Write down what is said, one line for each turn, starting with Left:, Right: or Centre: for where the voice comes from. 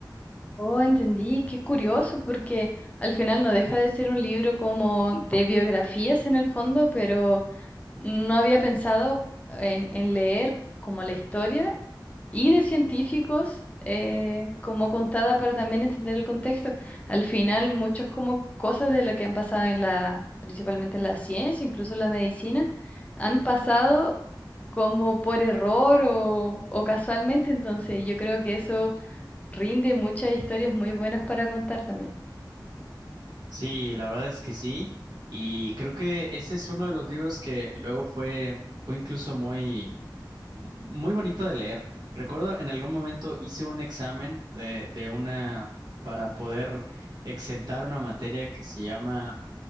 Left: Oh, entendí, qué curioso, porque al final no deja de ser un libro como de biografías en el fondo, pero no había pensado en, en leer como la historia y de científicos eh, como contada para también entender el contexto. Al final, muchas como cosas de lo que han pasado en la, principalmente en la ciencia, incluso en la medicina, han pasado como por error o, o casualmente. Entonces, yo creo que eso rinde muchas historias muy buenas para contar también.
Right: Sí, la verdad es que sí. Y creo que ese es uno de los libros que luego fue, fue incluso muy, muy bonito de leer. Recuerdo en algún momento hice un examen de, de una para poder exentar una materia que se llama